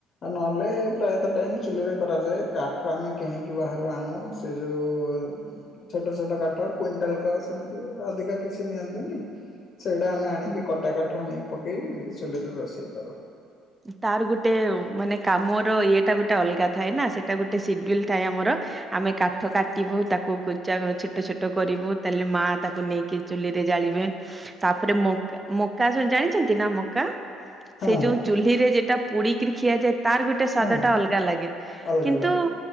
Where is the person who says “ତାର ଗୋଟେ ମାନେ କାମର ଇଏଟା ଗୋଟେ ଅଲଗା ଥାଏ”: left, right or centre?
Right